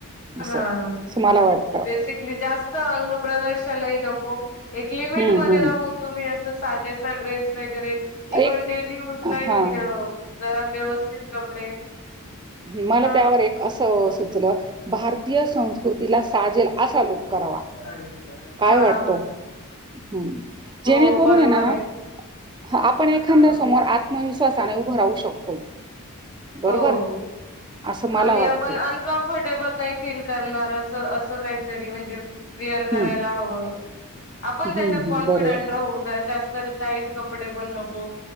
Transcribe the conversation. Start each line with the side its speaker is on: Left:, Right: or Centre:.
Right: असं
Left: हा हा
Right: असं मला वाटतं
Left: बेसिकली जास्त स्त अंग प्रदर्शन ही नको, एक लिमिटमध्ये
Right: हम्म हम्म
Left: राहून तुम्हीं असं साजेसा ड्रेस वगैरे इव्हन
Right: एक
Left: डेली यूज लाई
Right: हा
Left: जरा व्यवस्थित कपडे
Right: हम्म मला
Left: हां.
Right: त्यावर एक असं सुचलं, भारतीय संस्कृतीला साजेल असा लुक. करावा
Left: हां,
Right: काय
Left: हां.
Right: वाटतं? हम्म जेणें
Left: हो,
Right: करून
Left: बरोबर
Right: हैना
Left: आहे.
Right: ह आपण एखाद्या
Left: हां,
Right: समोर आत्मविश्वास सान उभ राहू शकतो, बरोबर?
Left: हो.
Right: असं मला
Left: आणि
Right: वाटतो.
Left: आपण अनकम्फर्टेबल नाही फील करणार अस असं काहीतरी म्हंजे विअर करायला
Right: हं,
Left: हवं, आपण त्याच्यात
Right: हं, हं.
Left: कॉन्फिडेंट
Right: बरोबर.
Left: राहू ज जास्त पण टाईट कपडे पण नको,